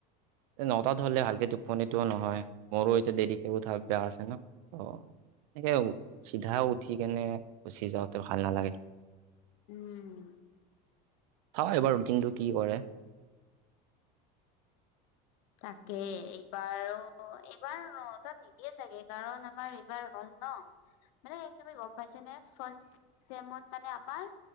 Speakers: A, on the right (about 70°); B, on the left (about 65°).
A: নটাত হ'লে ভালকে টোপনিত <unintelligible> সেইটোও নহয়, মোৰো এতিয়া দেৰিকে উঠাব বেয়া আছে ন অ, এনেকে চিধা উঠি কেনে গুচি যাওঁতে ভাল নালাগে <unintelligible>
B: উম'
A: চাও এবাৰ ৰুটিনটো কি কৰে <unintelligible>
B: তাকে, এইবাৰো এইবাৰ ন তাত নিদিয়ে চাগৈ, কাৰণ আমাৰ এইবাৰ হল ন। মানে একদমে গম পাইছে নে ফাৰ্ষেমত মানে আমাৰ